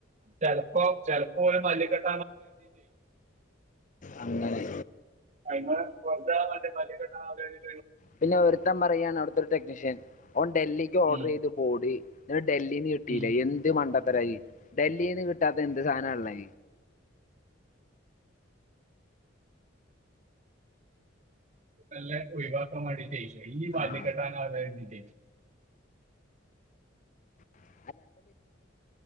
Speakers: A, on the right (about 35°); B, on the left (about 40°).
A: ചെലപ്പോ ചെലപ്പോ ഒരു മല്ലി <unintelligible>
B: അങ്ങനെ
A: അതിന് <unintelligible>
B: പിന്നെ ഒരുത്തൻ പറയാണ് അവിടുത്തൊരു ടെക്നീഷൻ ഓൻ ഡൽഹിക്ക് ഓർഡറെയ്തു
A: ഉം,
B: ബോഡി <unintelligible> ഡൽഹിന്ന് കിട്ടിയില്ല
A: ഉം.
B: എന്ത് മണ്ട ത്തരായി ഡൽഹീന്ന് കി ട്ടാത്ത എന്ത് സാധനാ ഇള്ളത്?
A: മെല്ലെ ഒഴിവാക്കാൻ വേണ്ടീട്ടെ ഈ <unintelligible>
B: ആ
A: അതായത് <unintelligible>
B: <unintelligible>